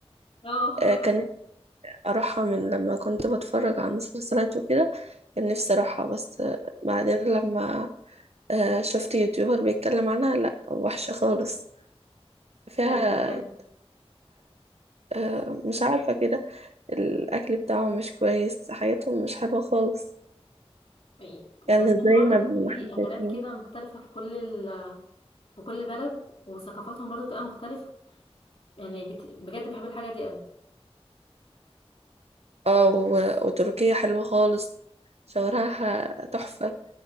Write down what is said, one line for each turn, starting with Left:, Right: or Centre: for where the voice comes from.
Left: اه <laughs>
Right: آه، كان نفسي أروحها من لما كنت بتفرج على المسلسلات وكده كان نفسي أروحها بس آه، بعدين لما آه، شفت يوتيوبر بيتكلم عنها لا وحشة خالص فيها
Left: ايوه فعلا
Right: آه، مش عارفة كده الأكل بتاعهم مش كويس حياتهم مش حلوة خالص
Left: يعني بالتالي
Right: يعني مش زي
Left: برضه
Right: ما ما
Left: بتشوفي
Right: احنا
Left: اكلات
Right: شايفين
Left: كده مختلفه في كل ال... في كل بلد وثقافاتهم برضه بتبقى مختلفه يعني بت... بجد بحب الحاجه دي قوي
Right: اه و- وتركيا حلوة خالص شوارعها تحفة